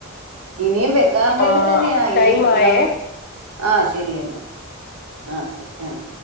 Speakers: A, on the right; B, on the left.
A: ഇനിയും വെക്കാൻ വേണ്ടി
B: ആഹ്
A: തന്നെയാ
B: ടൈം
A: ഈ
B: ആയേ
A: നമ്മള് ആഹ് ശെരിയെന്നാ ആഹ് ശരി ആഹ്